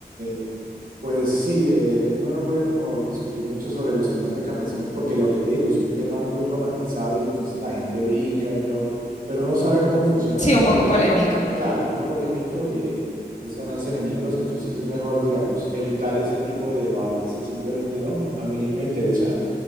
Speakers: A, on the right; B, on the left.
A: eh, pues sí, eh, uno no puede como discutir mucho sobre los temas de campesinos porque lo que te digo es un tema muy romantizado y entonces la gente brinca, es mejor, pero uno sabe cómo funciona
B: Sí,
A: re-
B: un
A: en
B: poco
A: realidad.
B: polémico.
A: Claro, es muy polémico y es ganarse enemigos, entonces es mejor, digamos, evitar ese tipo de debates, es simplemente no. A mí me interesa